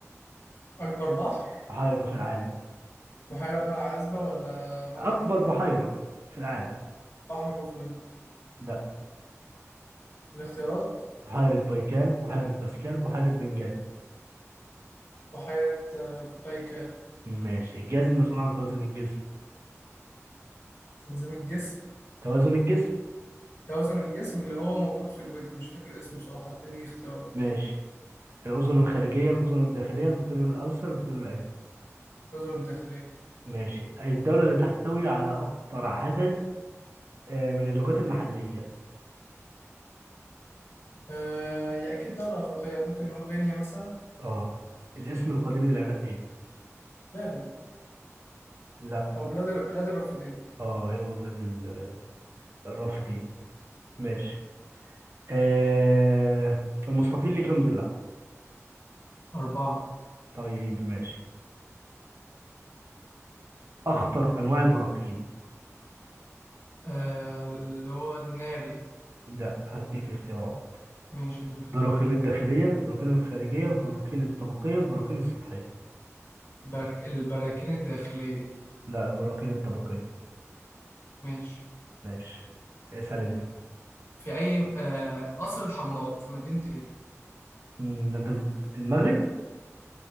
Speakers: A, on the left; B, on the right.
A: أكبر بحر
B: بحيرة في العالم
A: بحيرة بماء عذبة ولا مالحة
B: أكبر بحيرة في العالم
A: بحر قزوين
B: لا
A: الاختيارات
B: بحيرة بايكال بحيرة باسكال بحيرة بنجال
A: بحيرة آه، بايكال
B: ماشي الجهاز المسؤول عن توازن الجسم
A: تنظيم الجسم
B: توازن الجسم
A: توازن الجسم اللي هو موجود في الودن مش فاكر اسمه بصراحة اديني اختيارات
B: ماشي الأذن الخارجية الأذن الداخلية البطيل الأيسر البطيل الأيمن
A: الأذن الداخلية
B: ماشي الدولة اللي تحتوي على أكتر عدد آه، من اللغات المحلية
A: آه هي أكيد دولة أفريقية ممكن نقول غينيا مثلا
B: اه الاسم القديم للعراق ايه؟
A: بابل
B: لا
A: أو بلاد بلاد الرافدين
B: اه هو بلاد ال- الرافدين ماشي آه المستطيل ليه كام ضلع؟
A: أربعة
B: طيب ماشي أخطر أنواع البراكين
A: آه اللي هو الناري
B: لا هديك اختيارات
A: ماشي اديني اختيار
B: البراكين الداخلية البراكين الخارجية البراكين الطبقية البراكين السطحية
A: باك البراكين الداخلية
B: لا البراكين الطبقية
A: ماشي
B: ماشي اسأل انت
A: في أي آه قصر الحمراء في مدينة
B: مم، ده انت تد- المغرب